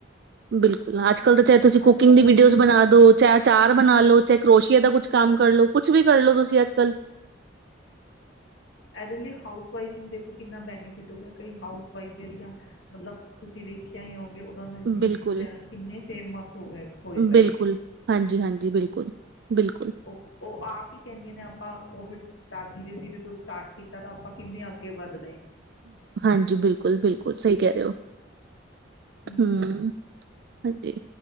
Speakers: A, on the right; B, on the left.
A: ਬਿਲਕੁਲ ਅਜ- ਕਲ ਚਾਹੇ ਤੁਸੀਂ ਕੁਕਿੰਗ
B: ਅੱਜ ਕੱਲ੍ਹ
A: ਦੀ
B: ਤਾਂ
A: ਵੀਡੀਓਜ
B: ਕਿ
A: ਬਣਾ ਦੋ, ਚਾਹੇ ਅਚਾਰ ਬਣਾਲੋ, ਚਾਹੇ ਕਰੋਸ਼ੀਏ ਦਾ ਕੁਛ ਕੰਮ ਕਰਲੋ, ਕੁਛ ਵੀ ਕਰਲੋ ਤੁਸੀ ਅਜ-ਕਲ।
B: ਇਹਦੇ ਲਈ ਹਾਊਸ ਵਾਈਫ ਨੂੰ ਦੇਖੋ ਕਿੰਨਾ ਬੈਨੀਫਿਟ ਹੋ ਗਿਆ, ਕਈ ਹਾਊਸ ਵਾਈਫ ਜਿਹੜੀਆਂ ਮਤਲਬ ਤੁਸੀਂ ਵੇਖਿਆ ਹੀ ਹੋ ਉਹਨਾਂ ਨੁ ਯੂਟਿਊਬ
A: ਬਿਲਕੁਲ
B: ਚੈਨ ਕਿੰਨੇ ਫੇਮਸ ਹੋ ਗਏ ਹੋਏ ਪਏ
A: ਬਿਲਕੁਲ
B: ਨੇ।
A: ਹਾਂਜੀ ਹਾਂਜੀ ਬਿਲਕੁਲ ਬਿਲਕੁਲ
B: ਉਹ ਆਪ ਹੀ ਕਹਿੰਦੀਆਂ ਨੇ, ਆਪਾਂ ਉਹ ਵੀ ਟ ਧੀਰੇ- ਧੀਰੇ ਤੋਂ ਸਟਾਰਟ ਕੀਤਾ ਤਾਂ, ਆਪਾਂ ਕਿੰਨੇ ਅੱਗੇ ਵਧ
A: ਹਾਂਜੀ। ਬਿਲਕੁਲ- ਬਿਲਕੁਲ ਸਹੀ ਕਹਿ ਰਹੇ ਓ
B: ਹੂੰ
A: ਹੰ ਹਾਂਜੀ।